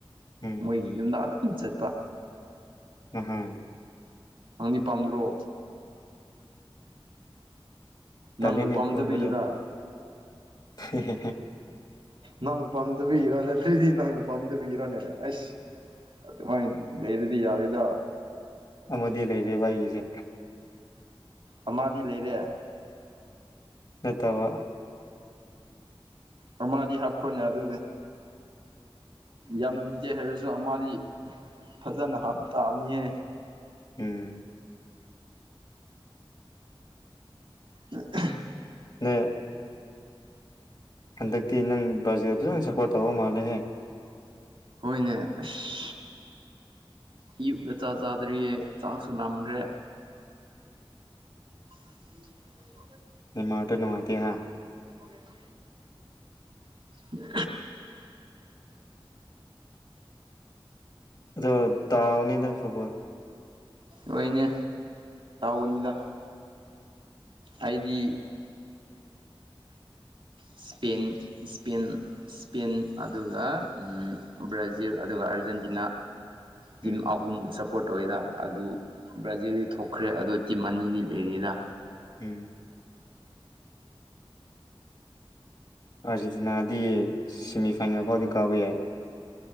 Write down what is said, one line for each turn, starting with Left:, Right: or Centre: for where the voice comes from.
Left: ꯎꯝ
Right: ꯃꯣꯏꯒꯤ ꯌꯨꯝꯗ ꯑꯗꯨꯝ ꯆꯠꯄ
Left: ꯎꯝ ꯍꯝ
Right: ꯅꯪꯗꯤ ꯄꯥꯝꯗ꯭ꯔꯣ ꯅꯪꯕꯨ
Left: ꯇꯜꯂꯦꯅꯦ
Right: ꯄꯥꯝꯗꯕꯤꯔꯥ
Left: ꯑꯗꯨꯒꯨꯝꯕꯗꯣ <unintelligible>
Right: ꯅꯪꯕꯨ ꯄꯥꯝꯗꯕꯒꯤꯔꯣ ꯅꯠꯇ꯭ꯔꯗꯤ ꯅꯪꯅ ꯄꯥꯝꯗꯕꯒꯤꯔꯣꯅꯦꯅꯦ ꯑꯩꯁ ꯑꯗꯨꯃ ꯂꯩꯔꯗꯤ ꯌꯥꯔꯗ
Left: ꯑꯃꯗꯤ ꯂꯩꯔꯦꯕ ꯑꯩꯒꯤꯁꯦ
Right: ꯑꯃꯗꯤꯗꯤ ꯂꯩꯔꯦ
Left: ꯅꯇꯕ
Right: ꯑꯃꯥꯗꯤ ꯍꯥꯞꯈꯣꯟ ꯌꯥ ꯑꯗꯨꯗ
Left: <unintelligible>
Right: ꯌꯥꯝ ꯅꯤꯡꯖꯦ ꯍꯥꯏꯔꯁꯨ ꯃꯥꯗꯤ ꯐꯖꯅꯞ ꯇꯥꯕꯅꯤꯍ
Left: ꯎꯝ
Right: ꯑ
Left: ꯅ ꯍꯟꯗꯛꯇꯤ ꯅꯪ ꯕ꯭ꯔꯥꯖꯤꯜꯗ ꯐꯖꯅ ꯁꯞꯄꯣꯔꯠ ꯇꯧꯕ ꯃꯥꯜꯂꯦꯍꯦ
Right: ꯍꯅꯦ ꯑꯁ ꯑꯌꯨꯛꯗ ꯆꯥ ꯆꯥꯗꯔꯤꯌꯦ ꯆꯥꯛꯁꯨꯂꯝꯈ꯭ꯔꯦ ꯎꯝ
Left: ꯅꯤꯡꯃ ꯃꯥꯇ ꯅꯅꯨꯡꯉꯥꯏꯇ ꯍꯥ
Right: ꯌꯦꯁ ꯎ
Left: ꯑꯗꯨꯣ ꯇꯑꯣꯅꯤꯗꯣꯂ ꯐ
Right: ꯑꯣꯏ ꯏ ꯎꯅꯤꯗ ꯑꯩꯗꯤ ꯏꯁꯄꯦꯟ ꯏꯁꯄꯦꯟ ꯏꯁꯄꯦꯟ ꯑꯗꯨꯒ ꯕ꯭ꯔꯥꯖꯤꯜ ꯑꯗꯨꯒ ꯑ ꯖꯦꯟꯗꯤ ꯇꯤꯝ
Left: ꯎꯝ
Right: ꯑꯍꯨꯝꯁ ꯏꯁꯄꯣꯔꯠꯇ ꯑꯣꯏꯗ ꯑꯗꯨ ꯕ꯭ꯔꯥꯖꯤꯜꯗꯤ ꯊꯣꯛꯈ꯭ꯔꯦ ꯑꯗꯨ ꯇꯤꯝ ꯑꯅꯤꯗꯤ ꯂꯩꯔꯤꯗ
Left: ꯎꯝ ꯑꯥꯔꯖꯦꯟꯇꯤꯅꯥꯗꯤ ꯁꯦꯃꯤꯐꯥꯏꯅꯦꯜ ꯐꯥꯎꯗꯤ ꯀꯥꯕ ꯌꯥꯏ